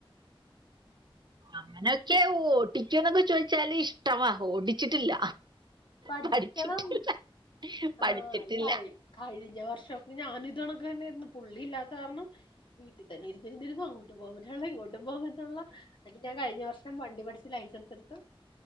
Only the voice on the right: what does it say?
അങ്ങനൊക്കെ ഓടിക്കു എന്നൊക്കെ ചോദിച്ചാല് ഇഷ്ടമാ ഓടിച്ചിട്ടില്ല
പഠിച്ചിട്ടില്ല പഠിച്ചിട്ടില്ല